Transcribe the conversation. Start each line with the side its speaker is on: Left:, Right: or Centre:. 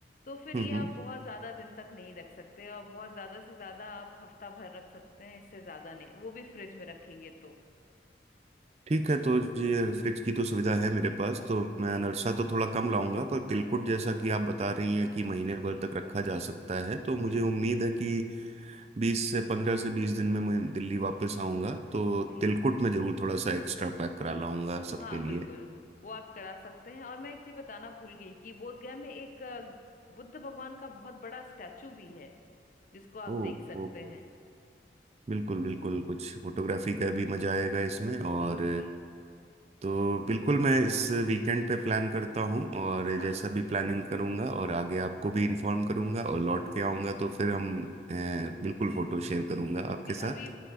Left: तो फिर
Right: हम्म
Left: ये आप
Right: हम्म
Left: बहुत ज्यादा दिन तक नहीं रख सकते और बहुत ज्यादा से ज्यादा आप हफ्ता भर रख सकते हैं इससे ज्यादा नहीं वो भी फ्रिज में रखेंगे तो
Right: ठीक है तो जी ये फ्रिज की तो सुविधा है मेरे पास तो मैं
Left: जी
Right: अनरसा तो थोड़ा कम लाऊंगा पर तिलकुट
Left: जी
Right: जैसा कि आप बता रही हैं कि महीने
Left: जी
Right: भर तक रखा जा सकता है तो मुझे
Left: जी
Right: उम्मीद
Left: जी
Right: है कि बीस से पंद्रह से बीस दिन में मैं दिल्ली वापस आऊंगा तो
Left: जी
Right: तिलकुट में जरूर थोड़ा सा एक्स्ट्रा पैक करा लाऊंगा सबके
Left: हाँ
Right: लिए
Left: बिल्कुल वो आप करा सकते हैं और मैं एक चीज बताना भूल गई कि बोधगया में एक अ, बुद्ध भगवान का बहुत बड़ा स्टैचू भी है जिसको आप
Right: ओ
Left: देख सकते
Right: ओके
Left: हैं
Right: बिल्कुल बिल्कुल कुछ फोटोग्राफी
Left: जी
Right: का भी मजा आएगा इसमें और
Left: जी जी
Right: तो बिल्कुल मैं इस वीकेंड पे प्लान करता हूँ और
Left: हाँ
Right: जैसा भी प्लानिंग करूँगा और आगे आपको भी इन्फॉर्म करूँगा और लौट
Left: जी
Right: के आऊँगा तो फिर हम अ, बिल्कुल फोटो शेयर करूँगा आपके
Left: जी
Right: साथ
Left: अभी